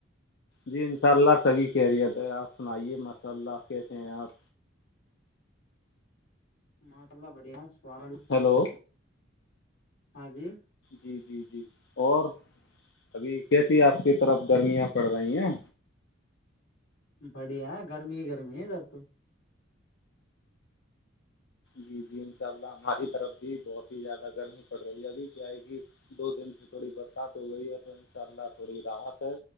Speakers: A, on the left; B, on the left.
A: جی انشاء اللہ سبھی کییریت ہے آپ سنائیے ماشاء اللہ کیسے ہیں آپ
B: ماسء اللہ بڑھیا سوار
A: ہیلو
B: ہاں جی
A: جی جی جی اور ابھی کیسی آپ کی طرف گرمیاں پڑ رہی ہیں
B: بڑیا گرمی گرمی در توو
A: جی جی انشاء اللہ ہماری طرف بھی بہت ہی زیادہ گرمی پڑ رہی ہے ابھی کیا ہے کہ دو دن سے تھوڑی برسات ہو گئی ہے تو ان شاء اللہ تھوڑی راحت ہے